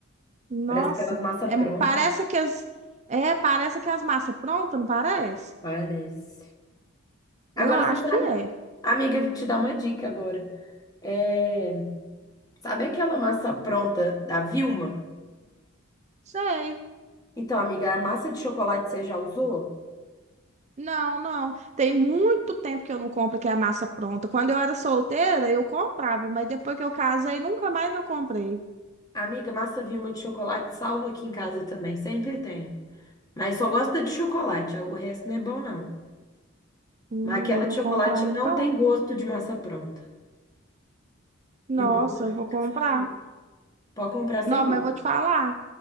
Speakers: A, on the right; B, on the left.
A: Nossa,
B: Parece aquelas massa
A: é,
B: pronta.
A: parece que as é, parece que as massas prontas, não parece?
B: Parece.
A: Eu
B: Agora
A: acho
B: você sabe,
A: que é.
B: amiga, vou te dar uma dica agora. É, Sabe aquela massa pronta da Vilma?
A: Sei.
B: Então, amiga, a massa de chocolate você já usou?
A: Não, não. Tem muito tempo que eu não compro que é massa pronta. Quando eu era solteira, eu comprava, mas depois que eu casei, nunca mais eu comprei.
B: Amiga, massa Vilma de chocolate salva aqui em casa também, sempre tem. Mas só gosta de chocolate, o resto não é bom, não.
A: Hum,
B: Mas aquela
A: eu
B: de
A: vou
B: chocolate
A: comprar então.
B: não tem gosto de massa pronta.
A: Nossa,
B: E o bolo
A: eu vou
B: fica
A: comprar.
B: fofinho. Pode comprar sem
A: Não,
B: medo.
A: mas eu vou te falar.